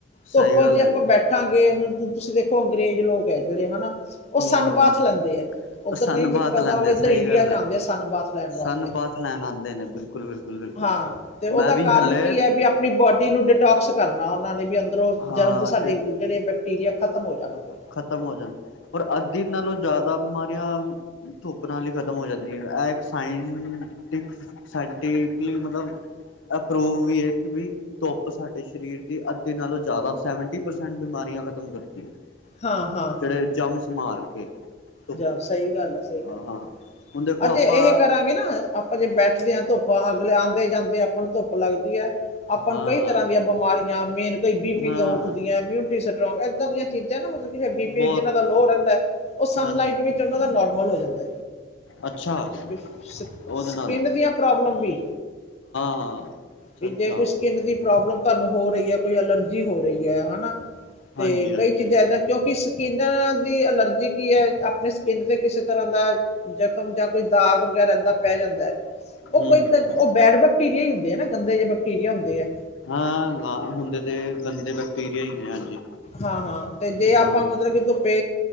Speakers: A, on the left; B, on the left.
A: ਧੁੱਪ
B: ਸਹੀ ਗੱਲ
A: ਜੇ
B: ਹੈ
A: ਆਪਾਂ
B: ਜੀ
A: ਬੈਠ ਠਾਂਗੇ ਹੁਣ ਤੁਸੀਂ ਦੇਖੋ ਅੰਗਰੇਜ਼ ਲੋਕ ਹੈ ਜਿਹੜੇ ਹਨਾ ਉਹ
B: ਹਮ
A: ਸਨ
B: ਹਮ
A: ਬਾਥ ਲੈਂਦੇ ਆ ਉੱਧਰ
B: ਸਨ
A: ਨਹੀਂ ਨਿਕਲਦਾ
B: ਬਾਥ ਲੈਂਦੇ
A: ਉਹ ਇੱਧਰ
B: ਸਹੀ
A: ਇੰਡੀਆ
B: ਗੱਲ
A: ਚ
B: ਹੈ
A: ਆਉਦੇ ਸਨ ਬਾਥ ਲੈਣ ਵਾਸਤੇ
B: ਸਨ ਬਾਥ ਲੈਣ ਆਉਂਦੇ ਨੇ ਬਿਲਕੁਲ ਬਿਲਕੁਲ ਬਿਲਕੁਲ
A: ਹਾਂ ਤੇ ਉਹਦਾ
B: ਮੈਂ ਵੀ
A: ਕਾਰਨ
B: ਹਲੇ
A: ਕੀ ਹੈ ਵੀ ਆਪ ਆਪਣੀ ਬੋਡੀ ਨੂੰ ਡਿਟੋਕਸ ਕਰਨਾ ਉਹਨਾਂ ਨੇ ਵੀ ਅੰਦਰ
B: ਹਾਂ
A: ਜਨਮ ਤੋਂ ਸਾਡੇ
B: ਡ
A: ਜਿਹੜੇ ਬੈਕਟੀਰੀਆ ਖਤਮ ਹੋ ਜਾਣ ਉਹੋ।
B: ਖਤਮ ਹੋ ਜਾਣ ਪਰ ਅੱਧੀ ਨਾਲੋਂ ਜ਼ਿਆਦਾ ਬਿਮਾਰੀਆਂ ਧੁਪ ਪ ਨਾਲ ਹੀ ਖਤਮ ਹੋ ਜਾਂਦੀ ਏ, ਐ ਏਕ ਸਾਇੰਣ ਟਿਕ ਸਾਇੰਟਕਲੀ ਮਤਲਬ ਅਪਰੂਵ ਵੀ ਏ ਕਿ ਬੀ ਧੋੱਪ ਸਾਡੇ ਸਰੀਰ ਦੀ ਅਧ ਦੇ ਨਾਲੋਂ ਜੈਦਾ ਸੈੰਵੰਟੀ ਪਰਸੈਂਟ ਬਿਮਾਰੀਆਂ ਖ਼ਤਮ ਕਰਦੀ ਏ।
A: ਹਾਂ ਹਾਂ
B: ਜੇੜੇ ਜੰਮਸ ਮਾਰ ਕੇ। ਧੁੱਪ
A: ਜਾ ਸਹੀ ਗੱਲ ਐ, ਸਹੀ
B: ਹਾਂ
A: ਗੱਲ
B: ਹਾਂ ਹੁਣ ਦੇਖੋ
A: ਅੱਜੇ
B: ਆਪਾਂ
A: ਏਹ ਕਰਾਂਗੇ ਨਾ ਆਪਾਂ ਜੇ ਬੈਠਦੇ ਹਾਂ ਧੁੱਪ ਤਾ ਅਗਲੇ ਆੰਦੇ ਜਾਂਦੇ ਆਪਾਂ ਨੂੰ ਧੁੱਪ ਲੱਗਦੀ ਐ ਆਪਾਂ
B: ਹਾਂ
A: ਨੂੰ ਕਈ ਤਰ੍ਹਾਂ ਦੀਆਂ ਬਿਮਾਰੀਆਂ ਮੇਨ ਕਈ ਬੀ ਪੀ
B: ਹਾਂ
A: ਲੋ ਉਠਦੀਐਂ, ਇਮਿਊਨਿਟੀ ਸਟਰੋਂਗ ਏਦਾਂ ਦੀਆਂ ਚੀਜ਼ਾਂ ਨਾ ਮਤਲਬ ਕਿ ਫੇਰ ਬੀ
B: ਬਹੁਤ
A: ਪੀ ਜਿੰਨਾ ਦਾ
B: ਬਹੁਤ
A: ਲੋ ਰੈੰਦੈ ਔ ਸਨ
B: ਹਾਂਜੀ
A: ਲਈਟ ਵਿੱਚ ਓਨਾਂ ਦਾ ਨੋਰਮਲ ਹੋ ਜਾਂਦਾ।
B: ਅੱਛਾ
A: ਦੀ ਸਕੀ-ਸਕਿੰਨ
B: ਉਹਦੇ ਨਾਲ ਹਾਂ
A: ਦੀਆਂ ਪ੍ਰੋਬਲਮ ਵੀ।
B: ਹਾਂ ਅੱਛਾ
A: ਬੀ
B: ਅੱਛਾ
A: ਜੇ ਕੋਈ ਸਕਿਨ ਕੀ ਪ੍ਰੋਬਲਮ ਤੁਹਾਨੂੰ ਹੋ ਰਹੀ ਐ ਕੋਈ ਅਲਰਜੀ ਹੋ ਰਹੀ ਐ ਹਨਾ ਤੇ
B: ਹਾਂਜੀ ਹਾਂਜੀ
A: ਕਈ ਚੀਜ਼ਾਂ ਐਦੈ ਕਿਉਂਕਿ ਸਕਿੰਨ ਦੀ ਅਲਰਜੀ ਕੀ ਹੈ, ਆਪਣੇ ਸਕਿੰਨ ਤੇ ਕਿਸੇ ਤਰ੍ਹਾਂ ਦਾ ਜ਼ਖ਼ਮ ਜਾਂ ਕੋਈ ਦਾਗ ਵਗੈਰਾ ਏਦਾਂ ਪੈ ਜਾਂਦਾ। ਉਹ
B: ਹੂੰ
A: ਕੋਈ
B: ਹੂੰ
A: ਤਾਂ ਉਹ ਬੈਡ ਬੈਕਟੀਰੀਆ ਹੀ ਹੁੰਦੇ ਹੈ ਨਾ ਗੰਦੇ ਜਿਹੇ ਬੈਕਟੀਰੀਆ ਹੁੰਦੇ ਆ।
B: ਹਾਂ, ਹੁੰਦੇ ਤੇ ਗੰਦੇ ਬੈਕਟੀਰੀਆ ਹੀ ਨੇ ਹਾਂਜੀ
A: ਹਾਂ-ਹਾਂ ਤੇ ਜੇ
B: ਹਾਂ
A: ਆਪਾਂ ਮਤਲਬ ਕਿ ਧੁੱਪੇ